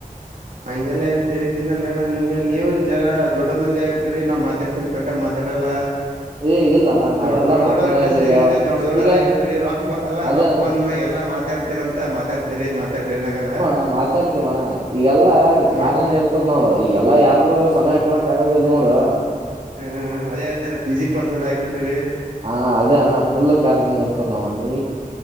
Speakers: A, on the right; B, on the right.
A: ಹಂಗೆಲ್ಲಾ ಏನ್ ತರೀತೀನಲ್ಲೇಣ್ಣ ನಿಮ್ಗೆ ನೀವು ಜರ ದೊಡ್ಡ ಮಂದಿ ಆಗಿಬ ಬಿಟ್ರಿ ನಾವ್ ಮಾತಾಡ್ಸ ಕಟ ಮಾತಾಡಲ್ಲ
B: ಏ ಇಲ್ಲ ಅಣ್ಣ ನಾವೆಲ್ಲಾ
A: ದೊಡ್ಡ ದೊಡ್ಡ ದೊಡ್ಡವರಗಡೆ
B: ಮಾತಾಡಲ್ಲ
A: ಸೇರಿಗ
B: ಈಗ
A: ದೊಡ್ಡ ದೊಡ್ಡವರ
B: ಈಗ
A: ಆಗಬ ಬಿಟ್ರಿ ರೊಕ್ ಅಲ್ಲಾ
B: ಅದೇ
A: ರೊಕ್
B: ಅಣ್ಣ
A: ಬಂದ್ಮ್ಯ ಎಲ್ಲಾ ಮಾತಾಡ್ತಿರಂತ ಮಾತಾಡ್ತಿರಿ ಮಾತಾಡ್ರಿ ಏನಾಗಲ್ಲ
B: ಾ ಮಾತಾ ಇೇವಣ್ಣ ಈಗೆಲ್ಲ ಕಾರ್ಯನ
A: ರೊಕ್
B: ಇರ್ತ ನಾವವು ಈಗೆಲ್ಲಾ ಯಾರಿಗೂ ಸಮಯ ಕೊಡಕ್ ಆಗದ ಇಲ್ ನೋಡು
A: ಹ್ಮ್ ಅದೇ ಆದ್ಮೇಲೆ ಬಿಸಿಿ ಪರ್ಸನ್ ಆಗ್ಬಿಟ್ರಿ
B: ಹಾ ಅದೇ ಅಣ್ಣ ಫುಲ್ ಕಾರಾರ್ನ್ ಇರ್ತಾರ ನಾವ್ ನೀ